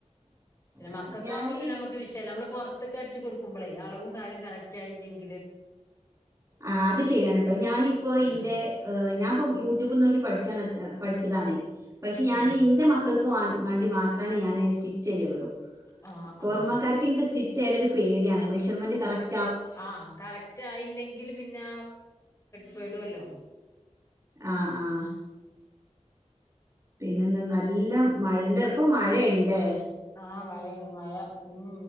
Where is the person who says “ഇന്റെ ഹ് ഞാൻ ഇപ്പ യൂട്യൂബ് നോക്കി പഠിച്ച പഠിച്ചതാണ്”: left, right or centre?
Right